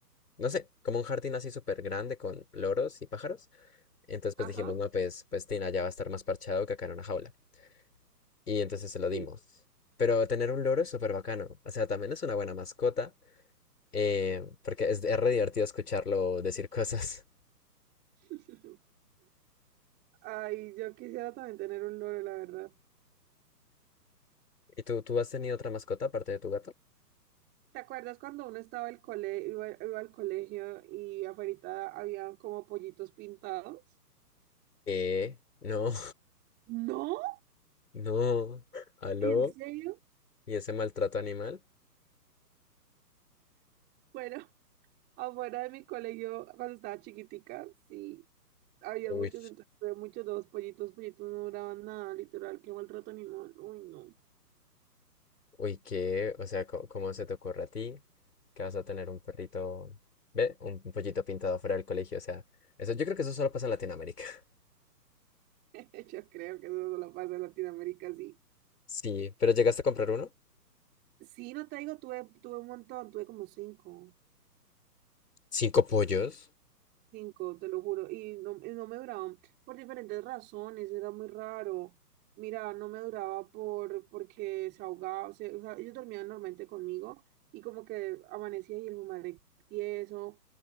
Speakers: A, on the left; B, on the right.
A: no sé, como un jardín así súper grande con loros y pájaros. Entonces pues
B: ajá,
A: dijimos, no, pues, pues Tina ya va a estar más parchado que acá en una jaula. Y entonces se lo
B: sí.
A: dimos. Pero tener un loro es súper bacano. O sea, también es una buena mascota eh, porque es, es re divertido escucharlo decir <laughs> cosas.
B: <laughs> Ay, yo quisiera también tener un loro, la verdad.
A: ¿Y tú, tú has tenido otra mascota aparte de tu gato?
B: ¿Te acuerdas cuando uno estaba al cole, iba, iba al colegio y afuera había como pollitos pintados?
A: Eh, no,
B: ¿No?
A: <laughs> no. ¿Aló?
B: ¿En serio?
A: ¿Y ese maltrato animal?
B: Bueno, <laughs> afuera de mi colegio, cuando estaba chiquitica, sí, había
A: Uy,
B: muchos, entonces había muchos dos pollitos, pollitos no duraban nada, literal, qué maltrato animal. Uy, no.
A: uy, ¿qué? O sea, co- ¿cómo, se te ocurre a ti que vas a tener un perrito, ve, un, un pollito pintado fuera del colegio? O sea, eso, yo creo que eso solo pasa en Latinoamérica. <laughs>
B: <laughs> Yo creo que eso solo pasa en Latinoamérica, sí.
A: Sí, ¿pero llegaste a comprar uno?
B: Sí, no te digo, tuve, tuve un montón, tuve como cinco.
A: ¿Cinco pollos?
B: Cinco, te lo juro, y no, y no me duraban por diferentes razones, era muy raro. Mira, no me duraba por porque se ahogaba, o sea, o sea, ellos dormían normalmente conmigo y como que amanecía y el hijo de madre tieso,